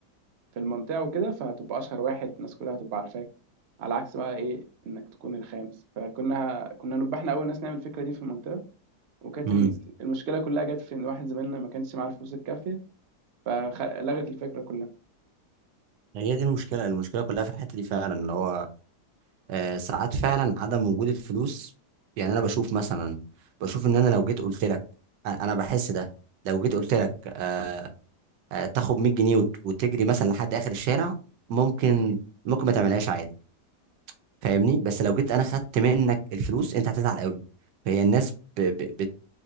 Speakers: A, on the right; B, on the right.
A: في المنطقة وكده فتبقى أشهر واحد الناس كلها تبقى عارفاك على عكس بقى إيه إنك تكون الخامس فكنا كنا نبقى احنا أول ناس نعمل الفكرة دي في المنطقة
B: <laughs>
A: وكانت
B: امم
A: ال- المشكلة كلها جت في إن واحد زميلنا ما كانش معاه الفلوس الكافية فلغت الفكرة كلها
B: هي دي المشكله المشكله كلها في الحته دي فعلا اللي هو آه، ساعات فعلا عدم وجود الفلوس يعني انا بشوف مثلا بشوف ان انا لو جيت قلت لك انا أنا بحس ده لو جيت قلت لك آه، آه، تاخد 100 جنيه وت- وتجري مثلا لحد اخر الشارع ممكن ممكن ما تعملهاش عادي فاهمني بس لو جيت انا خدت منك الفلوس انت هتزعل قوي فهي الناس ب... ب... بت...